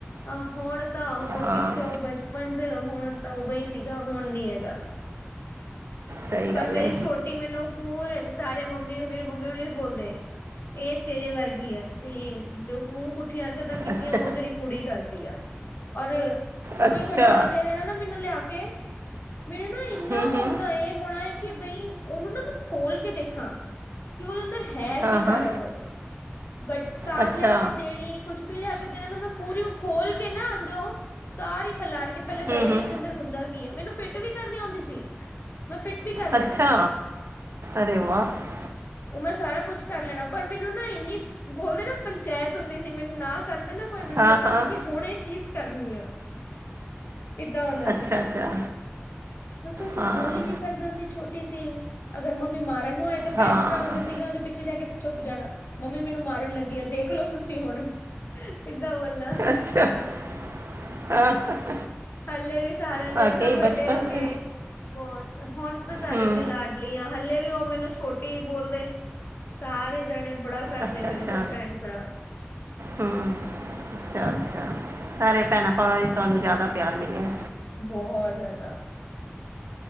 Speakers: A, on the left (about 50°); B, on the right (about 70°).
A: ਆ ਹੁਣ ਤਾਂ ਹੁਣ
B: ਹਾਂ
A: ਕਿੱਥੇ ਓ। ਉਹ ਬਚਪਨ ਚ ਹੁਣ ਤਾਂ ਉਦੋਂ ਹੀ ਸੀਗਾ ਹੁਣ ਨੀ ਹੈਗਾ।
B: ਸਹੀ
A: ਪਰ
B: ਗੱਲ
A: ਮੇਰੀ
B: ਏ
A: ਛੋਟੀ ਮੈਨੂੰ ਪੂਰੇ ਸਾਰੇ ਮੰਮੀ ਮੇਰੀ ਮੰਮੀ ਹੁਣੇ ਵੀ ਬੋਲਦੇ। ਇਹ ਤੇਰੇ ਵਰਗੀਏ ਸੇਮ, ਜੋ ਤੂੰ ਪੁੱ ਪੁੱਠੀਆਂ ਹਰਕਤਾਂ ਕੀਤੀਆਂ
B: ਅੱਛਾ
A: ਉਹ ਤੇਰੀ ਕੁੜੀ ਕਰਦੀ ਆ। ਅਰੇ,
B: ਅੱਛਾ
A: ਕੋਈ ਖਿਡੋਣਾ ਦੇ ਦੇਣਾ ਨਾ ਮੈਨੂੰ ਲਿਆ ਕੇ ਮੈਨੂੰ ਨਾ ਇੰਨਾ
B: ਹੂੰ ਹੂੰ
A: ਉਹਦਾ ਇਹ ਹੋਣਾ ਹੈ ਕਿ ਬਈ ਉਹਨੂੰ ਨਾ ਮੈਂ ਖੋਲ ਕੇ ਦੇਖਾਂ। ਕਿ ਉਹਦੇ ਅੰਦਰ ਹੈ
B: ਹਾਂ
A: ਕੀ ਸਾਰਾ
B: ਹਾਂ
A: ਕੁਝ। ਗੱ ਕਾਰ
B: ਅੱਛਾ
A: ਲਿਆ ਕੇ ਦੇਣੀ, ਕੁਛ ਵੀ ਲਿਆ ਕੇ ਦੇਣਾ ਨਾ ਮੈਂ ਪੂਰੀ ਉਹ ਖੋਲ ਕੇ ਨਾ ਅੰਦਰੋਂ ਸਾਰੀ ਖਲਾਰ ਕੇ ਪਹਿਲੇ
B: ਹੂੰ
A: ਬਹਿ ਜਾਣੀ
B: ਹੂੰ
A: ਉਹਦੇ ਅੰਦਰ ਹੁੰਦਾ ਕੀ ਹੈ, ਮੈਨੂੰ ਫਿਟ ਵੀ ਕਰਨੀ ਆਉਂਦੀ ਸੀ। ਮੈਂ ਫਿਟ ਵੀ ਕਰ ਲੈਣੀ।
B: ਅੱਛਾ ਅਰੇ ਵਾਹ
A: ਉਹ ਮੈਂ ਸਾਰਾ ਕੁਛ ਕਰ ਲੈਣਾ ਪਰ ਮੈਨੂੰ ਨਾ ਇੰਨੀ ਬੋਲਦੇ ਨਾ ਪੰਚਾਇਤ ਹੁੰਦੀ ਸੀ ਮੈਨੂੰ ਨਾ ਕਰਦੇ ਨਾ ਕੋਈ ਮੈਨੂੰ
B: ਹਾਂ
A: ਲੱਗਦਾ
B: ਹਾਂ
A: ਸੀ ਕਿ ਹੁਣ ਇਹ ਚੀਜ਼ ਕਰਨੀ ਆ। ਏਦਾਂ ਹੁੰਦਾ
B: ਅੱਛਾ
A: ਸੀਗਾ,
B: ਅੱਛਾ
A: ਹੁਨ ਕੋਈ ਕੁੱਛ
B: ਹਾਂ
A: ਬੋਲ ਹੀ ਨਹੀਂ ਉਦੋਂ ਅਸੀ ਛੋਟੀ ਸੀ, ਅਗਰ ਮੰਮੀ ਮਾਰਨ ਨੂੰ ਆਏ ਤੇ ਭੈਣ
B: ਹਾਂ
A: ਭਰਾ ਹੁੰਦੇ ਸੀਗੇ ਉਹਨਾਂ ਦੇ ਪਿੱਛੇ ਜਾ ਕੇ ਛੁੱਪ ਜਾਣਾ, ਮੰਮੀ ਮੈਨੂੰ ਮਾਰਨ ਲੱਗੀ ਆ ਦੇਖ ਲੋ ਤੁਸੀਂ ਹੁਣ। ਇੱਦਾਂ ਬੋਲਨਾ।
B: ਅੱਛਾ <inaudible>
A: ਹੱਲੇ ਵੀ ਸਾਰਿਆਂ ਦੇ
B: ਵਾਕਈ
A: ਸਭ ਵੱਡੇ
B: ਬਚਪਨ
A: ਹੋ ਗਏ,
B: ਚ
A: ਬਹੁਤ ਹੁਣ ਤਾਂ ਸਾਰਿਆਂ
B: ਹੂੰ
A: ਦੀ ਲਾਡ ਲਿਆ ਹਲੇ ਵੀ ਉਹ ਮੈਨੂੰ ਛੋਟੀ ਬੋਲਦੇ, ਸਾਰੇ ਜਾਣੇ ਬੜਾ ਕਰਦੇ
B: ਅੱਛਾ
A: ਮੇਰੇ
B: -ਅੱਛਾ,
A: ਸਭ ਭੈਣ ਭਰਾ
B: ਹੂ। ਅੱਛਾ -ਅੱਛਾ, ਸਾਰੇ ਭੈਣਾਂ ਭਰਾਵਾਂ ਚ ਤੁਹਾਨੂੰ ਜ਼ਿਆਦਾ ਪਿਆਰ ਮਿਲਿਆ।
A: ਬਹੁਤ ਜ਼ਿਆਦਾ।